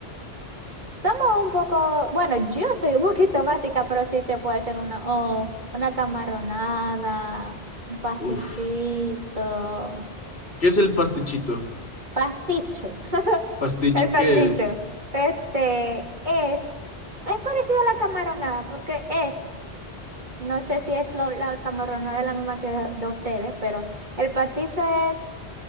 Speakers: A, on the right; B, on the left.
A: Somos un poco, bueno, yo soy un <laughs> poquito básica, pero sí se puede hacer una, o una camaronada, un pastichito.
B: Uf, ¿qué es el pastichito?
A: Pasticho. <laughs>
B: ¿Pasticho
A: El pasticho.
B: qué es?
A: Este es, es parecido a la camaronada, porque es, no sé si es lo- la camaronada es la misma que de, de ustedes, pero el pasticho es